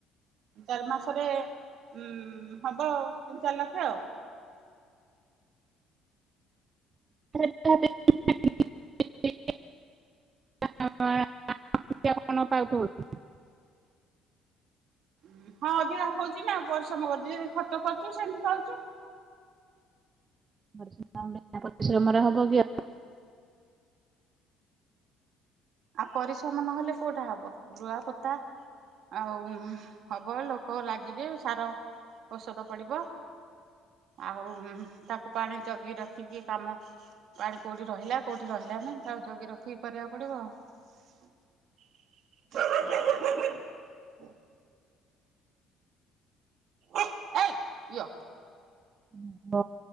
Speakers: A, on the right (about 60°); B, on the right (about 30°).
A: ଚାରି ମାସରେ ଉଁ ହବ ତିନ୍ ଚାରି ଲକ୍ଷ ଆଉ।
B: <unintelligible> <unintelligible>
A: ଉଂହ୍ ହଁ ଅଧିକା ହଉଚି ନା ପରିଶମ କର୍ଚି ଯେ ଖର୍ଚ୍ଚ କରଚୁ ସେମତି ପାଉଚୁ। <inaudible>
B: <unintelligible> ପରିଶ୍ରମରେ ହବକି ଆଉ
A: ଆ ପରିଶମ ନହେଲେ କୋଉଟା ହବ ରୁଆ ପୋତା ଆଉ ଅଁହ ହବଲ୍ ଲୋକ ଲାଗିବେ ସାର ଓଷଦ ପଡ଼ିବ। ଆଉ ଉଁହ୍ ତାକୁ ପାଣି ଜଗି ରଖିକି କାମ ପାଣି କଉଠି ରହିଲା କଉଠି ରହିଲା ତାଉ ଜଗି ରଖି କରିବାକୁ ପଡିବ ଆଉ। <unintelligible> <inaudible> ଏଇ ୟ
B: <unintelligible>